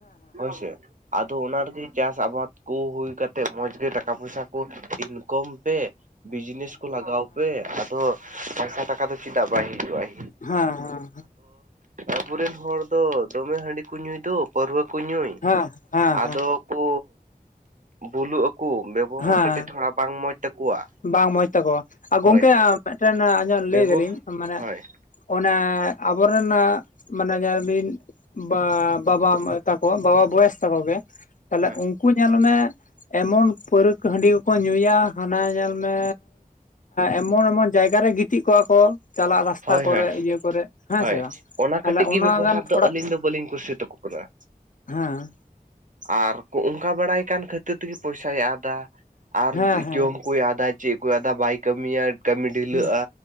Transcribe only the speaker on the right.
ᱦᱳᱭ ᱥᱮ ᱟᱫᱚ ᱚᱱᱟ ᱟᱨᱠᱤ ᱪᱟᱥ ᱟᱵᱟᱫᱽ ᱠᱚ ᱦᱩᱭ ᱠᱟᱛᱮᱫ ᱢᱚᱸᱡᱽ ᱜᱮ ᱴᱟᱠᱟ ᱯᱚᱭᱥᱟ ᱠᱚ ᱤᱱᱠᱚᱢ ᱯᱮ ᱵᱤᱡᱽᱱᱮᱥ ᱠᱚ ᱞᱟᱜᱟᱣ ᱯᱮ ᱟᱫᱚ ᱯᱟᱭᱥᱟ ᱴᱟᱠᱟ ᱫᱚ ᱪᱮᱫᱟᱜ ᱵᱟᱭ ᱦᱤᱡᱩᱜᱼᱟᱭ
ᱟᱵᱚᱨᱮᱱ ᱦᱚᱲ ᱫᱚ ᱫᱚᱢᱮ ᱦᱟᱺᱰᱤ ᱠᱚ ᱧᱩᱭ ᱫᱚ ᱯᱟᱹᱨᱣᱨᱟᱹ ᱠᱚ ᱧᱩᱭ
ᱟᱫᱚ ᱠᱚ ᱵᱩᱞᱩᱜ ᱟᱠᱚ ᱵᱮᱵᱚᱦᱟᱨ
ᱠᱟᱹᱴᱤᱡ ᱛᱷᱚᱲᱟ ᱵᱟᱝ ᱢᱚᱸᱡᱽ ᱛᱟᱠᱚᱣᱟ᱾
ᱦᱳᱭ
ᱦᱳᱭ
ᱵᱮᱵᱚ
ᱦᱳᱭ
ᱦᱳᱭ
ᱦᱳᱭ
ᱦᱳᱭ
ᱦᱳᱭ
ᱚᱱᱟ
ᱠᱟᱹᱴᱤᱡ ᱜᱮ
ᱵᱮᱵᱚᱦᱟᱨ
ᱫᱚ ᱟᱹᱞᱤᱧ ᱫᱚ ᱵᱟᱹᱞᱤᱧ ᱠᱩᱥᱤ ᱛᱟᱠᱚᱣᱟ <inaudible>
ᱟᱨ ᱚᱱᱠᱟ ᱵᱟᱲᱟᱭ ᱠᱟᱱ ᱠᱷᱟᱹᱛᱤᱨ ᱛᱮᱜᱮ ᱯᱚᱭᱥᱟᱭ ᱟᱫᱟ ᱟᱨ
ᱡᱚᱢ <inaudible> ᱚᱭ ᱟᱫᱟ ᱪᱮᱫ ᱠᱚᱭ ᱟᱫᱟ ᱵᱟᱭ ᱠᱟᱹᱢᱤᱭᱟ ᱠᱟᱹᱢᱤ ᱰᱷᱤᱞᱟᱹᱜᱼᱟ